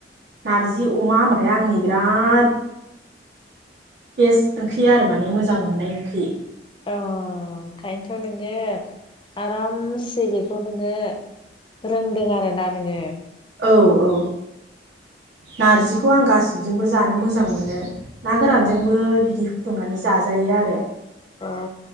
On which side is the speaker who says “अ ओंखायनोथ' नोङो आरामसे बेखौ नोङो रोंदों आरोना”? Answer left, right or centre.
Left